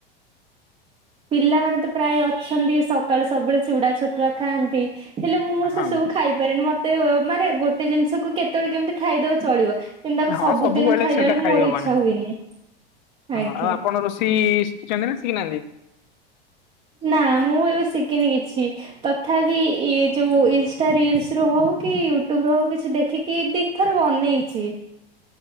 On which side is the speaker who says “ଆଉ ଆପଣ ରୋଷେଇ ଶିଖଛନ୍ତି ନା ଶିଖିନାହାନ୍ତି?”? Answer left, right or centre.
Left